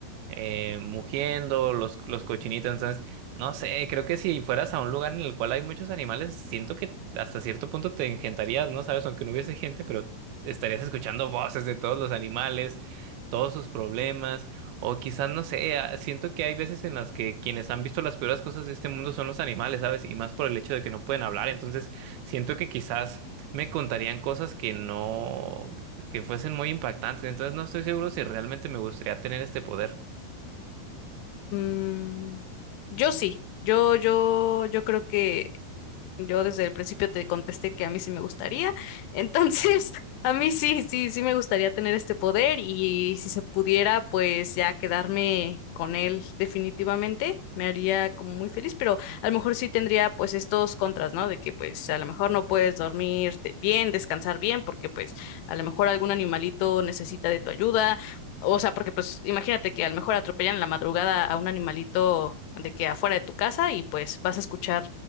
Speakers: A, on the right; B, on the left.
A: eh, mugiendo, los, los cochinitos. Entonces, no sé, creo que si fueras a un lugar en el cual hay muchos animales, siento que hasta cierto punto te engentarías, ¿no? ¿Sabes? Aunque no hubiese gente, pero estarías escuchando voces de todos los animales, todos sus problemas, o quizás, no sé, a- siento que hay veces en las que quienes han visto las peores cosas de este mundo son los animales, ¿sabes? Y más por el hecho de que no pueden hablar, entonces siento que quizás me contarían cosas que no, que fuesen muy impactantes, entonces no estoy seguro si realmente me gustaría tener este poder.
B: Mm, yo sí, yo, yo, yo creo que Yo desde el principio te contesté que a mí sí me gustaría. Entonces, <laughs> a mí sí, sí, sí me gustaría tener este poder y si se pudiera, pues ya quedarme con él definitivamente, me haría como muy feliz, pero a lo mejor sí tendría pues estos contras, ¿no? De que pues a lo mejor no puedes dormir de- bien, descansar bien, porque pues a lo mejor algún animalito necesita de tu ayuda. O sea, porque pues imagínate que a lo mejor atropellan en la madrugada a un animalito de que afuera de tu casa y pues vas a escuchar